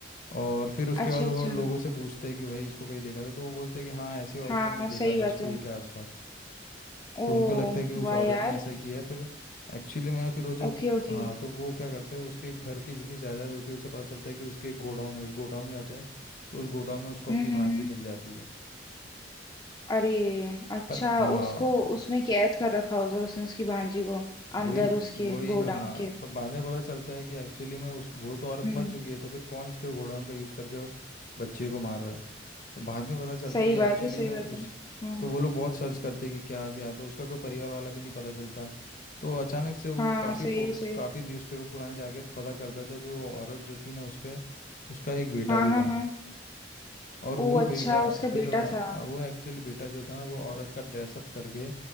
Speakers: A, on the left; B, on the left.
A: और फिर उसके
B: अच्छा
A: बाद
B: अच्छा
A: वो लोगों से पूछते हैं कि भाई इसको कहीं देखा था तो वो बोलते हैं कि हाँ ऐसी औरत
B: हाँ
A: को हमने
B: सही
A: देखा
B: बात
A: था स्कूल
B: है
A: के आसपास तो
B: ओ
A: उनको लगता है कि उस
B: वाह
A: औरत
B: यार
A: ने ऐसा किया फिर एक्चुअली में फिर वो जब
B: Okay okay
A: हाँ तो वो क्या करते हैं उसके घर की जितनी जायदाद होती है उसे पता चलता है कि उसके एक गोडाउन है उस गोडाउन में जाते हैं तो उस गोडाउन में उसको
B: हम्म
A: अपनी
B: हम्म
A: भांजी
B: हम्म
A: मिल जाती है
B: अरे अच्छा
A: पर हाँ
B: उसको उसमें कैद कर रखा होता है उसने उसकी भांजी को
A: वही
B: अंदर उसके
A: वही
B: गोडाउन
A: हाँ
B: के
A: पर बाद में पता चलता है कि एक्चुअली में उस वो तो औरत
B: हम्म
A: मर चुकी है तो फिर कौन इसके घोड़ों का यूज़ करके बच्चे को मार रहा है तो बाद में पता चलता
B: सही
A: है कि
B: बात
A: एक्चुअली
B: है सही
A: में
B: बात
A: उस
B: है हम्म
A: तो वो लोग बहुत सर्च करते हैं कि क्या क्या तो उसका कोई परिवार वाला भी नहीं पता चलता तो अचानक से वो
B: हाँ
A: काफ़ी
B: सही
A: फोट
B: है, सही
A: काफ़ी
B: है।
A: न्यूज़पेपर पुराने जाके पता करता था कि वो औरत जो थी ना उसके उसका एक बेटा
B: हाँ
A: भी
B: हाँ
A: था
B: हाँ
A: और वो
B: ओ अच्छा
A: बेटा
B: उसका
A: फिर
B: बेटा
A: अ,
B: था
A: वो एक्चुअली बेटा जो था ना वो औरत का ड्रेसअप करके